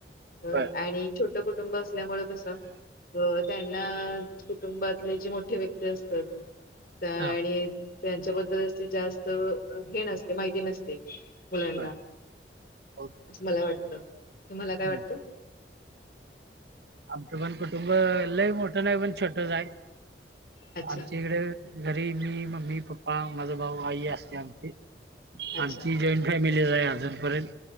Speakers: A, on the left; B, on the right.
A: अ
B: बर
A: आणि छोटं कुटुंब असल्यामुळें कसं अ त्यांना कुटुंबातले जे मोठे व्यक्ती असतात आणि
B: हा
A: त्यांच्याबद्दल असे जास्त हे नसते माहिती नसते मुलांना
B: बर ओके
A: असं मला वाटत, तुम्हाला काय
B: हम्म.
A: वाटत?
B: आमचं पण कुटुंब लय मोठं नाही पण छोटच आहे.
A: अच्छा
B: आमच्या इकडे घरी मी मम्मी पप्पा माझा भाऊ आई असते आमची
A: अच्छा
B: आमची जॉईंट फॅम ले जा आहे अजूनपर्यंत